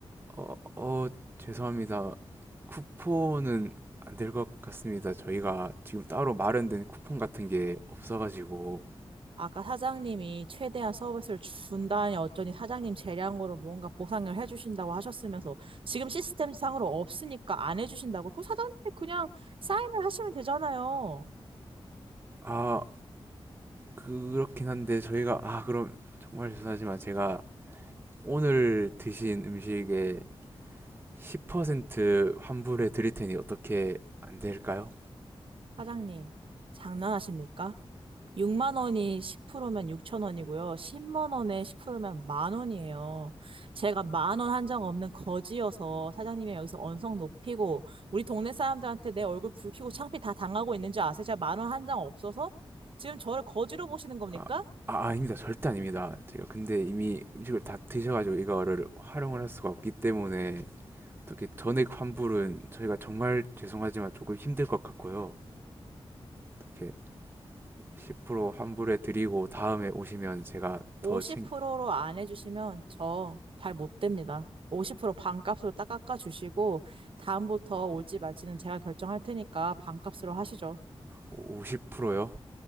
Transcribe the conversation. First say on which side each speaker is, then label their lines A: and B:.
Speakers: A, on the right (about 20°); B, on the right (about 60°).
A: 어, 어, 죄송합니다. 쿠폰은 안 될 것 같습니다. 저희가 지금 따로 마련된 쿠폰 같은 게 없어가지고
B: 아까 사장님이 최대한 서비스를 준다니 어쩌니 사장님 재량으로 뭔가 보상을 해주신다고 하셨으면서 지금 시스템상으로 없으니까 안 해주신다고 그 사장님이 그냥 사인을 하시면 되잖아요.
A: 아 그렇긴 한데 저희가 아 그럼 정말 죄송하지만 제가 오늘 드신 음식에 10% 환불해 드릴 테니 어떻게 안 될까요?
B: 사장님, 장난하십니까? 6만 원이 10%면 6천 원이고요. 10만 원에 10%면 만 원이에요. 제가 만 원 한 장 없는 거지여서 사장님이 여기서 언성 높이고 우리 동네 사람들한테 내 얼굴 붉히고 창피 다 당하고 있는 줄 아세요? 제가 만 원 한 장 없어서 지금 저를 거지로 보시는 겁니까?
A: 아, 아, 아닙니다. 절대 아닙니다. 제가 근데 이미 음식을 다 드셔가지고 이거를 활용을 할 수가 없기 때문에 어떻게 전액 환불은 저희가 정말 죄송하지만 조금 힘들 것 같고요. 어떻게 10% 환불해 드리고 다음에 오시면 제가 더
B: 50%로
A: 챙,
B: 안 해주시면 저 발 못 댑니다. 50% 반값으로 딱 깎아주시고 다음부터 올지 말지는 제가 결정할 테니까 반값으로 하시죠.
A: 50%요?